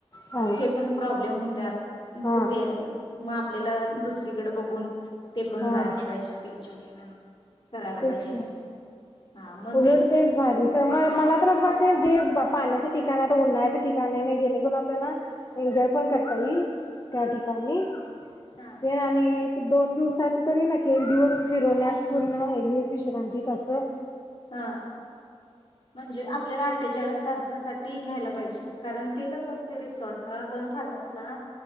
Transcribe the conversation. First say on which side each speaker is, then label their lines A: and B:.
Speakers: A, on the left (about 30°); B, on the left (about 55°).
A: हा
B: ते पण प्रॉब्लेम होत त्यात <unintelligible>
A: हा
B: मग आपल्याला दुसरीकडे बघून ते पण
A: हा
B: जायला पाहिजे त्यांच्या हेन करायला
A: तेच
B: पाहिजे
A: की
B: नाही हा मग
A: उलट ते भारी स म मला वाटते जे पाण्याचे ठिकाण आहे उन्हाळचे ठिकाण आहे जेणेकरून आपल्याला एन्जॉय पण करता येईल त्या ठिकाणी
B: हा
A: ते ना आणि दोन दिवसाच तरी ना की एक दिवस फिरवण्यात पूर्ण आहे न्यूज विश्रांती तसं
B: हा म्हणजे आपल्याला अठ्ठेचाळीस तासासाठी ती घ्यायला पाहिजे कारण ते कसं असते रिसॉर्टला आपण फार्म हाऊसला